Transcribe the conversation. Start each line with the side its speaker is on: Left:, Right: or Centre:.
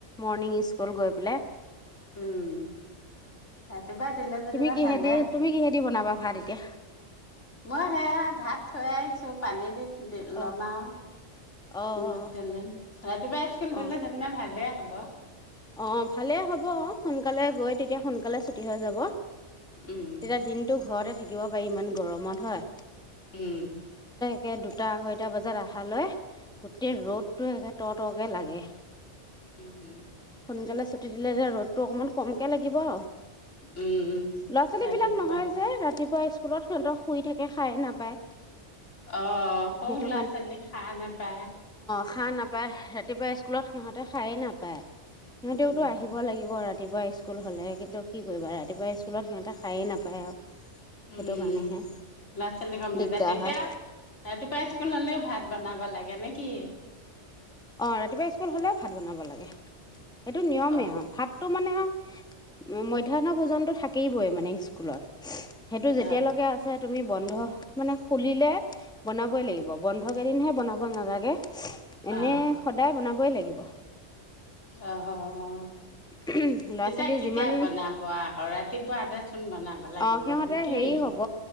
Centre: মৰৰ্ণিং স্কুল গৈ পেলাই
Left: উম ৰাতিপুৱা দিলে যেনিবা
Centre: তুমি কিহেদি
Left: ভালে আহ
Centre: তুমি কিহেদি বনাবা ভাত এতিয়া
Left: মই সেয়া ভাত থৈ আহিছো পানী দি ল'মা
Centre: অ', অ',
Left: নিমাক তোললে ৰাতিপুৱা স্কুল
Centre: অ',
Left: দিলে যেনিবা ভালে হব।
Centre: অ ভালে হ'ব অ। সোনকালে গৈ তেতিয়া সোনকালে ছুটি হৈ যাব
Left: উম
Centre: তেতিয়া দিনতটো ঘৰ থাকিব পাৰি ইমান গৰমত হয়
Left: উম
Centre: তাকে দুটা আঢ়ৈটা বজাত অহালৈ গোটেই
Left: উম
Centre: ৰ'দতো এগাত ত তটকে লাগে
Left: উম উম
Centre: সোনকালে ছুটি দিলে যে ৰ'দটো অকণমান কমকৈ লাগিব অ।
Left: উম উম
Centre: লৰা ছোৱালী
Left: ৰাতিপুৱা
Centre: বিলাক নহয় যে ৰাতিপুৱা স্কুল স্কুলত সিহঁতে শুই থাকে সাৰে নাপায়।
Left: অ', সৰু
Centre: সেইটো
Left: লৰা-ছোৱালী শাৰ নাপায়।
Centre: শাৰ নাপায়, ৰাতিপুৱা স্কুলত সিহঁতে শাৰে নাপায়। সিহঁতেওতো
Left: উম
Centre: আহিব লাগিব ৰাতি <inaudible> ৰাতিপুৱা স্কুল হ'লে কি কৰিবা, ৰাতিপুৱা স্কুলত সিহঁতে খায়েই নাপায় আৰু। সেইটো
Left: উম
Centre: কাৰণেহে
Left: ল'ৰা ছোৱালী কম
Centre: দিগদাৰ
Left: যে তেতিয়া
Centre: হয়
Left: ৰাতিপুৱা স্কুল হলেও ভা। বনাব লাগে নে কি?
Centre: অ ৰাতিপুৱা স্কুল হলেও ভাত বনাব লাগে সেইটো নিয়মেই
Left: অ
Centre: আৰু ভাতটো মানে আৰু মধ্যাহ্ন ভোজনটো থাকিবই মানে স্কুলত। সেইটো যেতিয়ালৈকে
Left: অ
Centre: আছে তুমি বন্ধ মানে খুলিলে বনাবই লাগিব, বন্ধ কেইদিনহে বনাব নালাগে। এনে
Left: অ
Centre: সদায় বনাব <inaudible> লাগিব।
Left: অ', অ', অ।
Centre: ল'ৰা
Left: তেতিয়া
Centre: ছোৱালী
Left: কেতিয়া
Centre: যিমান
Left: বনাব আক ৰাতিপুৱা আদা বনাব লাগিব
Centre: অ সিহঁতে
Left: সন্ত সেইটোৱে।
Centre: হেৰি হ'ব